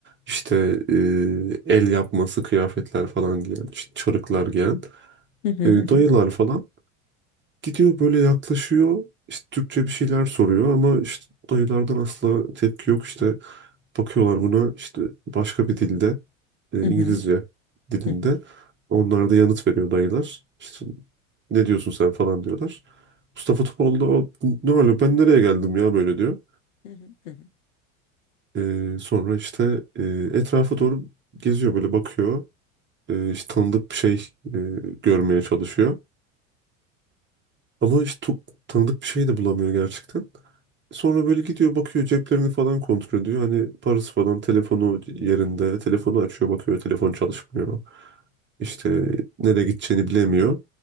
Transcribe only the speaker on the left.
Hı hı.
Hı
hı.
Hı hı. Hı hı.
Hı hı. Hı hı.